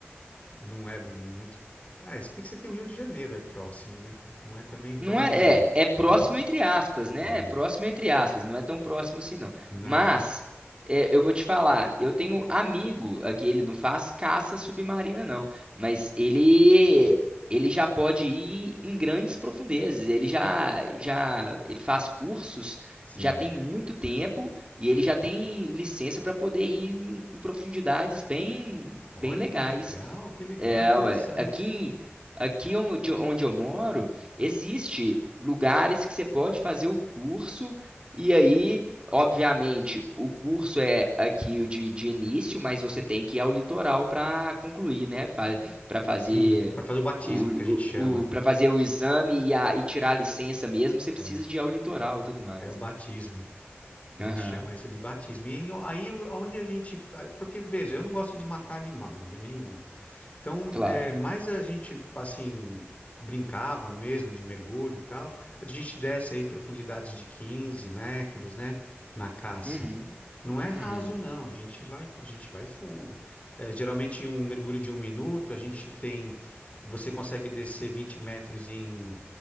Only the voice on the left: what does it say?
não é muito. Ah, se bem que você tem o Rio de Janeiro aí próximo, né? Não é também
tão,
né?
É,
não,
né?
Sim.
Olha
que legal, que legal,
interessante.
Sim, para fazer o batismo
que a gente chama.
é.
É o batismo.
A
gente chama isso de batismo. E aí, onde a gente. Porque, veja, eu não gosto de matar animal, né? Nenhum. Então,
é, mais a gente, assim, brincava mesmo de mergulho e tal. A gente desce aí profundidades de 15 metros, né? Na caça.
Não é raso,
não. A gente vai, a gente vai fundo. É, geralmente, um mergulho de um minuto, a gente tem. Você consegue descer 20 metros em